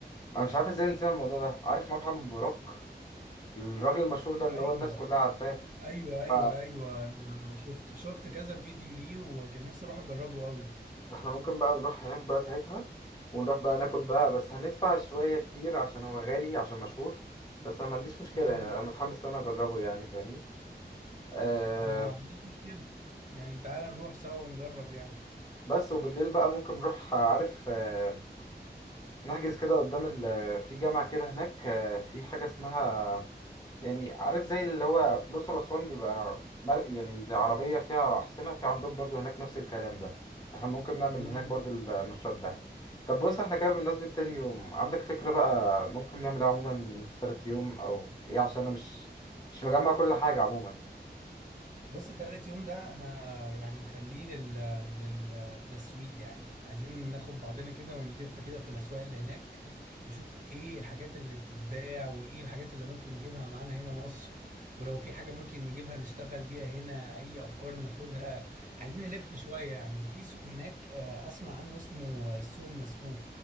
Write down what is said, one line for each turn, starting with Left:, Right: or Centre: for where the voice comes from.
Left: انا مش عارف ازاي نسينا الموضوع ده عارف مطعم بوراك الراجل المشهور ده اللي
Right: ايوه
Left: هو الناس كلها عارفاه
Right: ايوه ايوه
Left: ف...
Right: ايوه انا شفت شفت كذا فيديو ليه وكان نفسي اروح اجربه قوي
Left: فاحنا ممكن بقى نروح هناك بقى ساعتها ونروح بقى ناكل بقى بس هندفع شوية كتير عشان هو غالي عشان مشهور بس انا ما عنديش مشكلة
Right: امم
Left: يعني انا متحمس ان انا اجربه يعني فاهمني آه
Right: انا ما عنديش مشكله يعني تعال نروح سوا ونجرب يعني
Left: بس وبالليل بقى ممكن نروح آه، عارف آه نحجز كده قدام ال... في جامعة كده هناك آه في حاجة اسمها يعني عارف زي اللي هو في الأقصر وأسوان بيبقى مر... يعني زي عربية فيها أحصنة في عندهم برضو هناك نفس الكلام ده فاحنا ممكن نعمل
Right: مم.
Left: هناك برضو النشاط ده طب بص احنا كده بمناسبة تاني يوم عندك فكرة بقى ممكن نعمل ايه عموما في تالت يوم أو إيه عشان أنا مش مش مجمع كل حاجة عموما
Right: بص تالت يوم ده انا يعني مخليه لل... للتسويق يعني عايزين ناخد بعضنا كده ونلف كده في الاسواق اللي هناك نشوف ايه الحاجات اللي بتتباع وايه الحاجات اللي ممكن نجيبها معانا هنا مصر ولو في حاجة ممكن نجيبها نشتغل بيها هنا اي افكار ناخدها عايزين نلف شوية يعني وفي سوق هناك آه، اسمع عنه اسمه السوق المسقوف